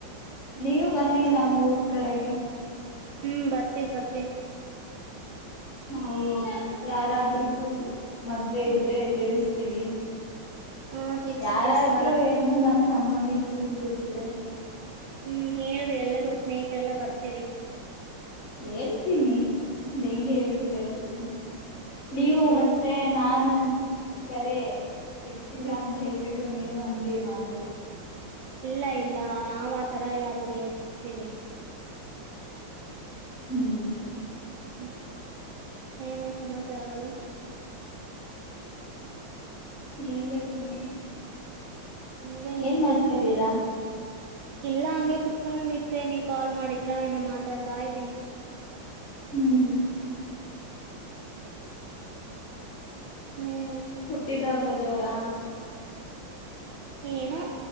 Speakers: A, on the right; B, on the left.
A: ಇನ್ನೇನ್
B: ನೀವು ಬನ್ನಿ
A: ಸಮಾಚಾರ
B: ನಮ್ಮ್ ಊರ್ ಕಡೆಗೆ.
A: ಹ್ಮ್ ಬರ್ತಿವಿ ಬರ್ತಿವಿ.
B: ನಾವು ಯಾರಾದ್ರ್ದು ಮದ್ವೆ
A: ಹ್ಮ್
B: ಇದ್ರೆ ತಿಳಿಸ ೀವಿ
A: ಹಾ ತಿಲ್ಸಿ
B: ಯಾರಾದ್ರೂ
A: ತಿಲ್ಸಿ ಬರೋಣ
B: ಏನು ನಮ ಸಂಬಂಧಿಕರುದುೂ ಕತ್ತ್ರೆ
A: ಹ್ಮ್ ಹೇಳ್ರಿ ಎಲ್ಲರೂ ಸ್ನೇಹತ್ರೆ ಎಲ್ಲಾ ಬರ್ತೀವಿ
B: ಹೇಳ್ತೀನಿ ದಂಗೆ ಹೇಳ್್ದೀರಾ ಇರ್ತೀನಿ
A: ಹ್ಮ್
B: ನೀವು
A: ಹೇಳ್ರಿ
B: ಮತ್ತೆ ನಾನು ಕರೆ ಎತ್ತಿಲ್ಲ
A: ಹ್ಮ್
B: ಅಂತ ಹೇಳ್ಬಿಟ್ಟು ನೀವು ಹಂಗೆ ಮಾಡ್ಬೇಡಿ
A: ಇಲ್ಲ ಇಲ್ಲ ನಾವ್ ಆ ತರ ಎಲ್ಲಾ ಬಿಡಿ ಹಚ್ತೀವಿ
B: ಹ್ಮ್
A: ಹ್ಮ್
B: ಹ
A: ಏನು ಸಮಾಚಾರಗಳು
B: ಹೇಳ್ಬೇಕು ನೀಗೆ
A: ನೀವೇ ಹೇಳ್ಬೇಕ್
B: ಏನ್ ಮಾಡ್ತಿದ್ದೀರಾ
A: ನೋಡ್ರಿ ಇಲ್ಲ ಹಗೆ ಕುತ್ಕೊಂಡಿದ್ದೆ ನೀವ ಕಾಲ್ ಮಾಡಿದ್ರಾ ಇನ್ನು ಮಾತಾಡ್ತಾ ಇದ್ದೀನಿ
B: ಹ್ಮ್
A: ಇನ್ನೇನು
B: ಹುಟ್ಟಿದ ಹಬ್ಬ ಜೋರಾ
A: ಏನೋ